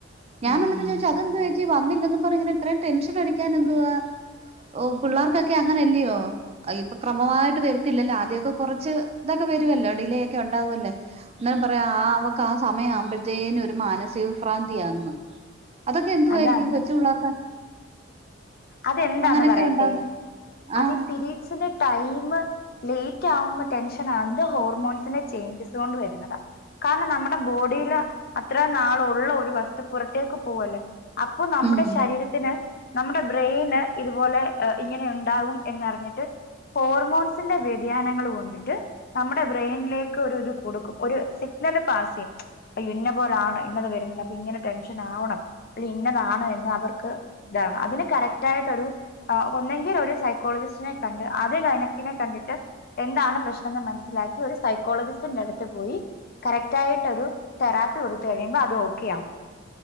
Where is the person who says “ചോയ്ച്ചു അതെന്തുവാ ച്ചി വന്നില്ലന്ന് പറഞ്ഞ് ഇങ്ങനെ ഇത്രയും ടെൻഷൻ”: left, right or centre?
Right